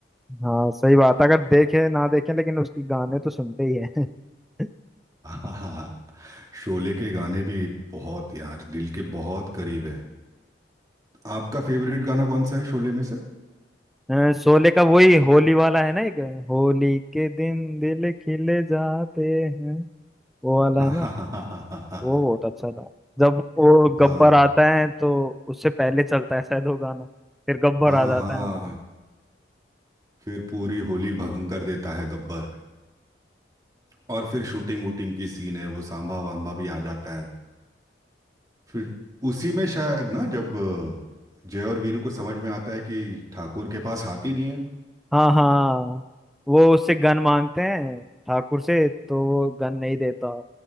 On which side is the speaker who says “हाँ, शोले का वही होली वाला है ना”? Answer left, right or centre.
Centre